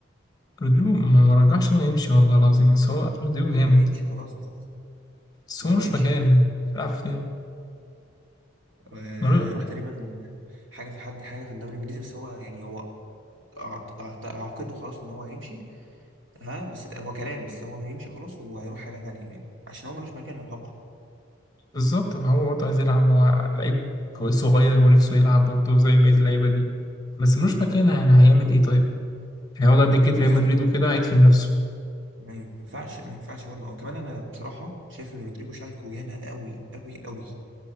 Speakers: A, on the left (about 20°); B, on the right (about 75°).
A: رودريجو ما ما رجعش انه يمشي والله العظيم بس هو رودريجو جامد
B: هو هيمشي خلاص بس
A: بس
B: ده
A: هو
B: هو
A: مش
B: هيمشي
A: مكان
B: كده كده
A: يعني بيلعب فين
B: آه
A: ملو-
B: هيروح تقريبا حاجة في حد حاجة في الدوري الإنجليزي بس هو يعني هو أعت- أعت- أعتقده خلاص إن هو هيمشي ها بس هو كلام بس هو هيمشي خلاص وهيروح حاجة تانية يعني عشان هو ملوش مكان يعتبر
A: بالظبط فهو برضه عايز يلعب هو لعيب كويس صغير ونفسه يلعب برضه زي بقيه اللعيبه دي بس ملوش مكانها يعني هيعمل ايه طيب هيقعد على دكه
B: بالظبط
A: ريال مدريد وكده هيدفن نفسه
B: ما ينفعش ما ينفعش برضه وكمان أنا بصراحة شايف إن رودريجو شالكو ياما قوي قوي قوي